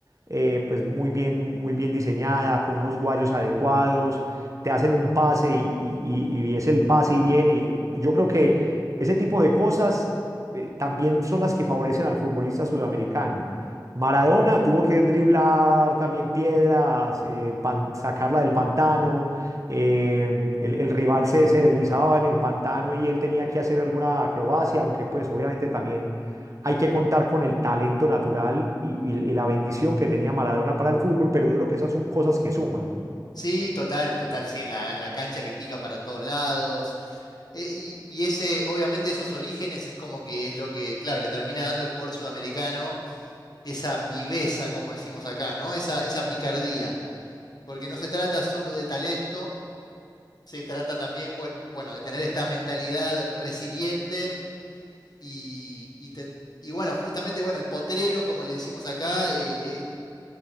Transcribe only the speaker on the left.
Sí, total, total, sí, en la, la cancha que pica para todos lados. Eh, y, y ese, obviamente, esos orígenes es como que es lo que, claro, le termina dando el jugador sudamericano esa viveza, como decimos acá, ¿no? Esa, esa picardía. Porque no se trata solo de talento, se trata también, bue- bueno, de tener esta mentalidad resiliente y, y te- y bueno, justamente, bueno, el potrero, como le decimos acá, eh, eh,